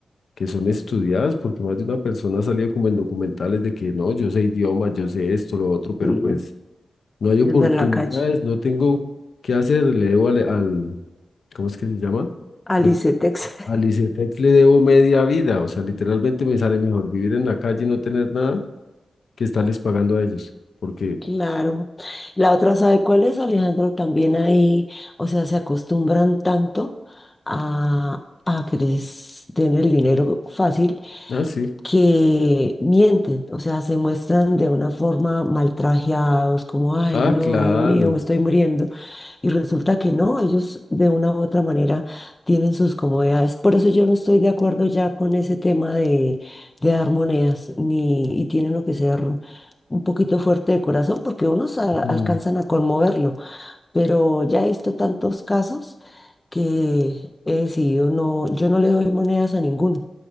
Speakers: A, on the left; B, on the left.
A: que son estudiadas, porque más de una persona ha salido como en documentales de que no, yo sé idiomas, yo sé esto, lo otro, pero
B: y
A: pues No hay oportunidades,
B: anda en la calle.
A: no tengo qué hacer, le debo al, al- ¿cómo es que se llama?
B: Alice,
A: Al,
B: Texas.
A: al ICETEX le debo media vida, o sea, literalmente me sale mejor vivir en la calle y no tener nada que estarles pagando a ellos, porque,
B: Claro. La otra, ¿sabe cuál es, Alejandro? También ahí, o sea, se acostumbran tanto a, a que les den el dinero fácil
A: ah, sí,
B: que mienten, o sea, se muestran de una forma maltrajeados, como, ay,
A: ah,
B: no,
A: claro,
B: Dios mío, me estoy muriendo. Y resulta que no, ellos de una u otra manera tienen sus comodidades. Por eso yo no estoy de acuerdo ya con ese tema de, de dar monedas, ni, y tienen lo que ser un poquito fuerte de corazón, porque unos a-
A: ujú,
B: alcanzan a conmoverlo. Pero ya he visto tantos casos que he decidido no, yo no le doy monedas a ninguno.